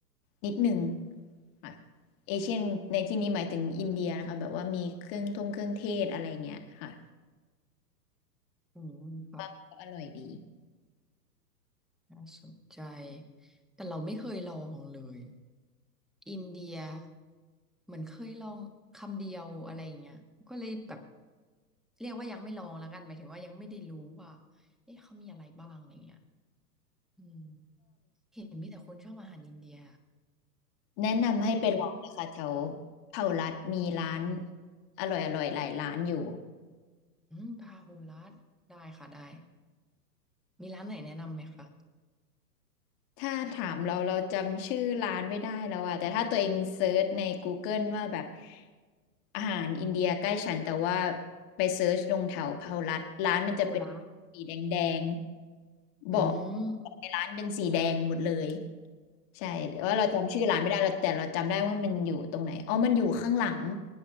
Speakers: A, on the left; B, in the centre.
A: นิดหนึ่งค่ะเอเชียนในที่นี้หมายถึงอินเดียนะคะแบบว่ามีเครื่องทงเครื่องเทศอะไรเงี้ยค่ะ
B: อืมค่ะ
A: ว่ามันก็อร่อยดี
B: น่าสนใจแต่เราไม่เคยลองเลย อินเดียเหมือนเคยลองคำเดียวอะไรอย่างเงี้ยก็เลยแบบเรียกว่ายังไม่ลองแล้วกันหมายถึงว่ายังไม่ได้รู้ว่าเอ๊ะเขามีอะไรบ้างอะไรเงี้ยอืมเห็นมีแต่คนชอบอาหารอินเดีย
A: แนะนำให้ไปลองนะคะแถว
B: แสดง
A: เผารัดมีร้านอร่อยอร่อยหลายร้านอยู่
B: อืมพาหุรัตได้ค่ะได้มีร้านไหนแนะนำไหมคะ
A: ถ้าถามเราเราจำชื่อร้านไม่ได้แล้วอะแต่ถ้าตัวเองเซิร์ชใน Google ว่าแบบอาหารอินเดียใกล้ฉันแต่ว่าไปเซิร์ชลงแถวพหลรัฐร้านมันจะเป็น
B: พาหุรัต
A: สีแดงๆบอก
B: อืม
A: ในร้านเป็นสีแดงหมดเลยใช่แต่ว่าเราจำชื่อร้านไม่ได้เราแต่เราจำได้ว่ามันอยู่ตรงไหนอ๋อมันอยู่ข้างหลัง